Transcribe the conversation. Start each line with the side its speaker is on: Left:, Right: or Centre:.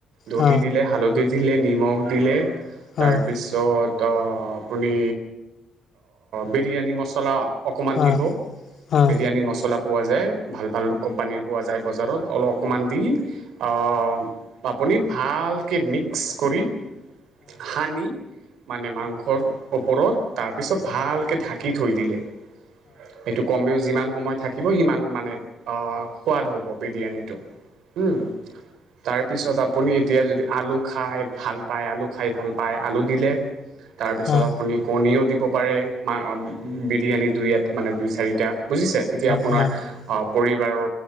Right: দহি
Left: উম
Right: দিলে হালধিত দিলে নিমখ দিলে
Left: উম
Right: তাৰ পিছত ত আপুনি বিৰিয়ানী মছলা অকণমান
Left: উম
Right: দিব
Left: উম উম উম উম উম উম উম উম উম উম উম উম উম
Right: বিৰিয়ানী মছলা কোৱা যায় ভাল ভাল কোম্পানীৰ পোৱা যায় বজাৰত অলপ অকমান দি আহ আপুনি ভালকৈ মিক্স কৰি সানি মানে মাংসৰ পৰত তাৰপিছত ভালকে ঢাকি কি থৈ দিলে সেইটো কমেও যিমান সময় থাকিব সিমান মানে সোৱাদ হ'ব বিৰীয়ানিটো উম তাৰপিছত আপুনি এতিয়া যদি আলু খাই ভাল পায় আলু খাই ভাল পায় আলু দিলে তাৰ পিছত
Left: উম উম উম
Right: আপুনি কণীও দিব পাৰে মা অহ বিৰিয়ানী দুই এটা মানে দুই চাৰিটা বুজিছে এতিয়া আপোনাৰ
Left: উম
Right: পৰিবাৰৰ